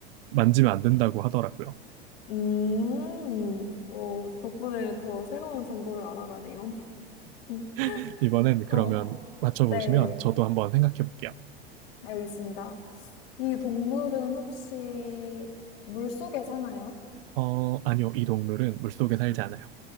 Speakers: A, on the right; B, on the left.
A: 만지면 안 된다고 하더라고요.
B: 음, 어, 덕분에 더 새로운 정보를 알아가네요. <laughs> 음,
A: <laughs> 이번엔 그러면
B: 어,
A: 맞춰보시면
B: 네,
A: 저도 한번 생각해 볼게요.
B: 알겠습니다. 이 동물은 혹시 물속에 사나요?
A: 어, 아니요. 이 동물은 물속에 살지 않아요.